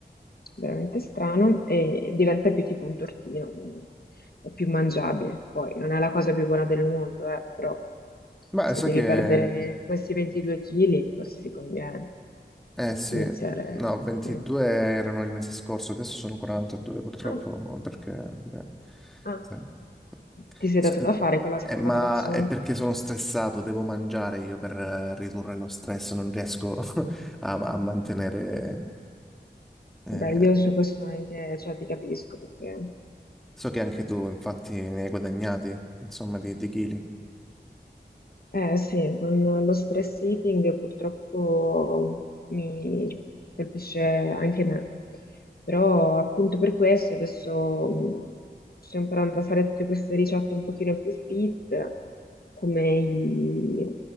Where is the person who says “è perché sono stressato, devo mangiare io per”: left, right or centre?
Centre